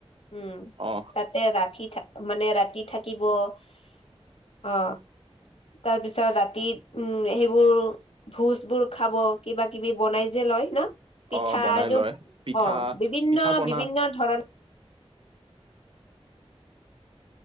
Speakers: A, on the left (about 65°); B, on the right (about 55°).
A: উম
B: অ।
A: তাতে ৰাতি থ মানে ৰাতি থাকিব অ। তাৰ পিছত ৰাতি উম সেইবোৰ ভোজবোৰ খাব কিবা কিবি বনাই যে লয় ন! পিঠা
B: অ বনাই
A: এইটো
B: লয়। পিঠা
A: অ' বিভিন্ন
B: পিঠা পনা
A: বিভিন্ন ধৰণৰ